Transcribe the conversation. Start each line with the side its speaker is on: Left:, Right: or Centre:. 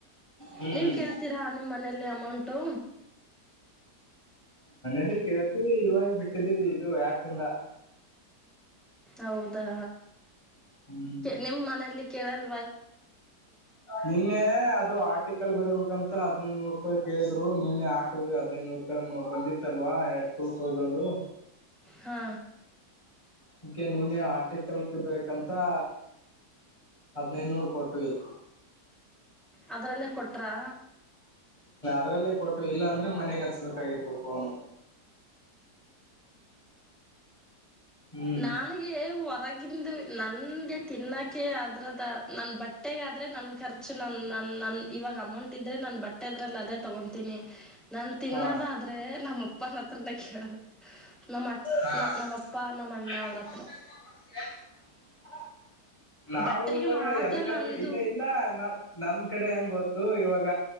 Left: ಹ್ಮ್
Centre: ನೀವ್ ಕೇಳ್ತೀರಾ ನಿಮ್ಮ ಮನೇೆಯಲ್ಲಿ ಅಮೌಂಟು.
Left: ಇಲ್ಲಿ ಕೇಳ್ತೀವಿ ಇವಾಗ ಬಿಟ್ಟಿದೀವಿ ಇದು ಆಪ್ ಇಂದ.
Centre: ಹೌದಾ
Left: ಹ್ಮ್
Centre: ನಿಮ್ ಮನೇೆಯಲ್ಲಿ ಕೇಳಲ್
Left: ನಿನ್ನೆ ಅದು ಟಿಕಲ್ ಬರಿಬೇಕಂತ ಹದಿನೈದುನೂರುಪಾಯ್ ಕೇಳಿದ್ರು ನಿನ್ನೆ ಹಾಕ್ದ್ವಿ ಹದಿನೈದುನೂರು ರೂಪಾಯಿ ಬಂದಿತ್ತಲ್ವ ಏ ಟೂ ತೌಸಂಡು.
Centre: ಹಾ
Left: ಅಕೆ ನಿನ್ನೆ ಆರ್ಟಿಕಲ್ಕ್ ಬೇಕಂತಾ ಹದಿನೈದ್ನೂರು ಕೊಟ್ವಿ.
Centre: ಅದ್ರಲ್ಲೇ ಕೊಟ್ರಾ
Left: ಅದರಲ್ಲೇ ಕೊಟ್ವು ಇಲ್ಲ ಅಂದ್ರೆ ಮನೆಗೆ ಹಚ್ಬೇಕಾಗಿತ್ತು ಫೋನು. ಹ್ಮ್
Centre: ನಾನ್ಗೆ ಹೊರಗಿಂದು ನನ್ಗೆ ತಿನ್ನಾ ಅದ್ರದ ನನ್ ಬಟ್ಟೆಗಾದ್ರೆ ನನ್ ಖರ್ಚು ನ ನ ನನ್ ಇವಾಗ ಅಮೌಂಟ್ ಇದ್ರೆ ನನ್ ಬಟ್ಟೆ ಅದ್ರಲ್ ಅದೇ ತಗೊನ್ ತಿನಿ ನನ್ ತಿನ್ನೋದಾದ್ರೆ
Left: ಹಾ
Centre: ನಮ್ ಅಪ್ಪನ್ ಹತ್ರನೇ ಕೇಳದ್ ನಮ
Left: ಹಾ
Centre: ನಮ್ಮ
Left: <unintelligible>
Centre: ಅಣ್ಣ ಅವ್ರ ಹತ್ರ
Left: ನಾವು
Centre: ಬಟ್ಟೆಗೆ
Left: ಇವಾಗ
Centre: ಮಾತ್ರ
Left: ಯದಕ್ಕಾದ್ರೆ
Centre: ನಂದು
Left: ಇಲ್ಲ ಇಲ್ಲ ನ ನಮ್ ಕಡೆ ಹೆಂಗೊ ಇವಾಗ